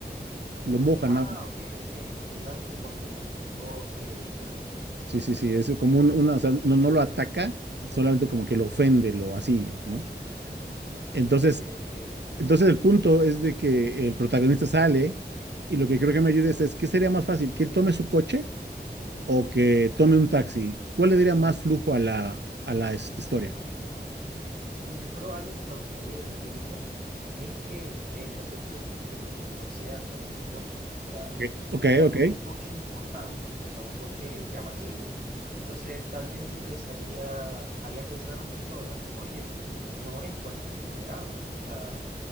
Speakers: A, on the right (about 80°); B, on the right (about 50°).
A: lo moja
B: Ah,
A: nada.
B: ok, ok, le lanza el contenido. Ok, ok,
A: Sí, sí, sí, es como un- una, o sea, no, no lo ataca, solamente como que lo ofende, lo así, ¿no? Entonces,
B: ok, ok.
A: entonces el punto es de que el protagonista sale y lo que creo que me ayudes es, ¿qué sería más fácil? ¿Que él tome su coche o que tome un taxi? ¿Cuál le daría más flujo a la, a la este, historia?
B: Oye, yo creo algo que causaría intriga es que entre a su coche, pero que no sea cualquier coche. O sea,
A: Ok, ok.
B: que sea
A: ok.
B: como un coche importante, o sea, un coche llamativo. Entonces, tal vez eso pensaría, haría pensar a las personas, oye, no es cualquier empleado. O sea,